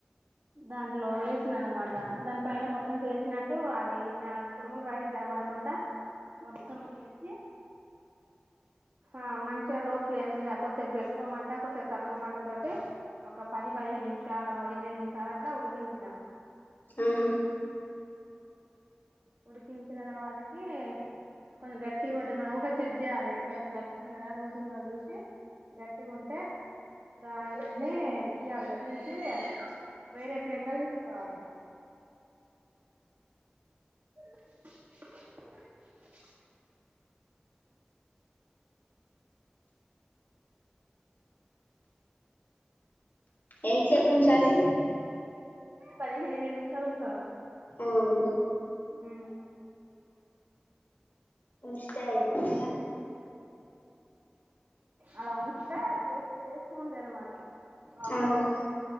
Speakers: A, on the right (about 55°); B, on the left (about 55°).
A: దాంట్లో వేసిన అనమాట దాని పైన మొత్తం పేలిచినట్టు అది కుడుములు బయటికి మకుంటా మొత్త ఇచి ఆ మంచిగా లో ఫ్లేమ్ మీద కొసేపు ఎక్కువ మంట కొద్సేపు తక్కువ మంట తోటి ఒక పది పదిహేను నిమిషాలు ఇరవై నిమిషాలు అట్లా ఉడికించిన
B: ఆహా
A: ఉడికించిన తర్వాతకి కొంచెం గట్ గట్టి పడదు మనం గా చెక్ చేయాలించం గట్టిగా ఉన్నదా లూజ్ ఉన్నది చూసి గట్టిగా ఉంటే దాని తీయాలిగాద తీసి వేరే ప్లేంలో తీసుకోవాలి <inaudible>
B: ఎంతసేపు ఉంచాలి
A: పదిహని నిమిషాలు చ
B: అవు
A: ఆ
B: ఉంచటా అయిపోందయా
A: అలా ఉంచి చేస్టునమాట బాగుంటది
B: ఆహా